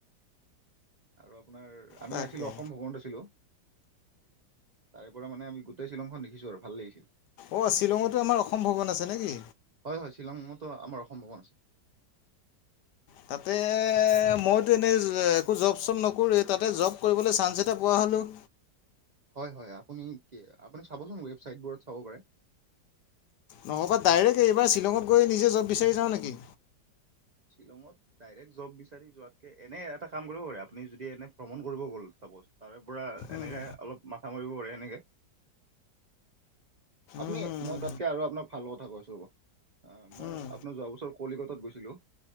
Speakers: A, on the right (about 80°); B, on the left (about 75°).
A: আৰু আপোনাৰ আমি
B: তাকে
A: আছিলো অসম ভবনত আছিলো। তাৰে পৰা মানে আমি গোটেই শিলংখন দেখিছো আৰু ভাল লাগিছিল।
B: অ', শ্বিলঙতো আমাৰ অসম ভৱন আছে নে কি।
A: হয়- হয় শ্বিলঙতো আমাৰ অসম ভৱন আছে।
B: তাতে মইতো এনেই একো জব চব নকৰোৱেই তাতে জব কৰিবলৈ চান্স এটা পোৱা হ'লেও।
A: হয় হয়, আপুনি কি আপুনি চাবচোন ৱেবচাইটবোৰত চাব পাৰে।
B: নহ'বা ডাইৰেক্ট এইবাৰ শ্বিলঙত গৈ নিজে জব বিচাৰি যাওঁ নেকি।
A: শ্বিলঙত ডাইৰেক্ট জব বিচাৰি যোৱাতকে এনে এটা কাম কৰিব পাৰে আপুনি যদি এনে ভ্ৰমণ কৰিব গ'ল চাপ'ছ তাৰে পৰা এনেকে
B: উম,
A: অলপ মাথা মাৰিব পাৰে এনেকে। আপুনি
B: উম, উম,
A: মই তাতকে আৰু আপোনাক ভাল কথা কৈছো ৰ'ব, এ মই
B: উম।
A: আপোনাৰ যোৱা বছৰ কলিকতাত গৈছিলো।